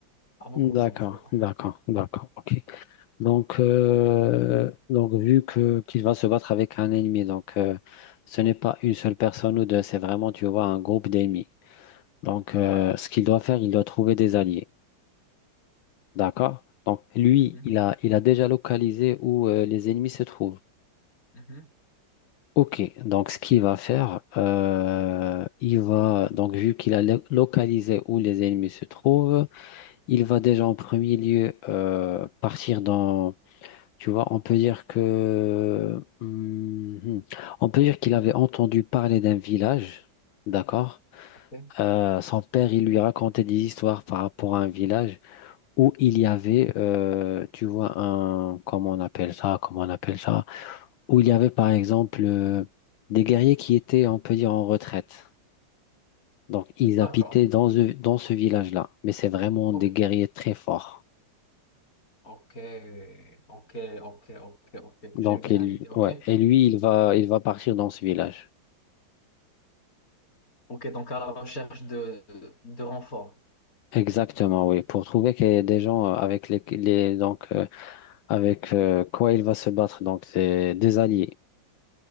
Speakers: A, on the left; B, on the left.
A: à beaucoup
B: Hmm, D'accord,
A: de gens, tu vois.
B: d'accord, d'accord. Ok. Donc, euh, donc vu que qu'il va se battre avec un ennemi, donc euh, ce n'est pas une seule personne ou deux, c'est vraiment, tu vois, un groupe d'ennemis. Donc, euh,
A: Ouais.
B: ce qu'il doit faire, il doit trouver des alliés. D'accord. Donc lui,
A: Mhm,
B: il a, il a déjà localisé où euh, les ennemis se trouvent.
A: mhm.
B: Ok, donc ce qu'il va faire, euh, il va, donc vu qu'il a lo- localisé où les ennemis se trouvent, il va déjà en premier lieu euh, partir dans, tu vois, on peut dire que, Mhm. on peut dire qu'il avait entendu parler d'un village, d'accord?
A: Ok.
B: Euh, son père, il lui racontait des histoires par rapport à un village. où il y avait, euh, tu vois, un, comment on appelle ça, comment on appelle ça, où il y avait par exemple euh, des guerriers qui étaient, on peut dire, en retraite. Donc, ils
A: D'accord.
B: habitaient dans ce, dans ce village-là, mais c'est vraiment
A: Ok.
B: des guerriers très forts.
A: Ok. Ok. Ok. Ok. Ok.
B: Donc,
A: J'aime bien
B: il-
A: l'idée. Ok.
B: ouais, et lui, il va, il va partir dans ce village.
A: Ok. Donc à la recherche de, de renfort.
B: Exactement, oui, pour trouver qu'il y a des gens euh, avec les, les- donc euh, avec euh, quoi il va se battre, donc c'est des alliés.